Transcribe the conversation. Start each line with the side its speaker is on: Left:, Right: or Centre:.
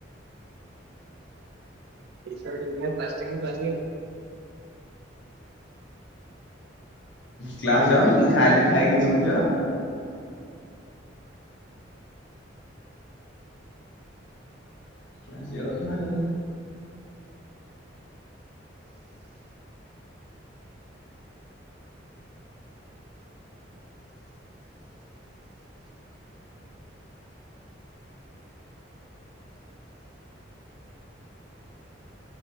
Right: ଏଇ ସାଇଡ୍ ଓଡ଼ିଆ ପ୍ଲାଷ୍ଟିକ୍ ପ୍ଲାସିଂ
Left: କ୍ଲାସ୍ ଯାଉନ କି ଖାଲି ଖାଇକି ସୋଉଛ? କ୍ଲାସ୍ ଯିବା କଥା ନା ଆଉ।